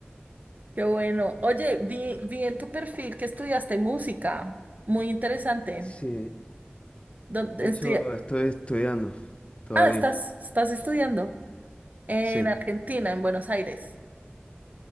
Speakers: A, on the right; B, on the left.
A: Qué bueno. Oye, vi, vi en tu perfil que estudiaste música. Muy interesante.
B: Sí,
A: ¿Dónde
B: de
A: estudia-
B: hecho estoy estudiando todavía.
A: Ah, estás, estás estudiando en
B: Sí,
A: Argentina, en Buenos Aires.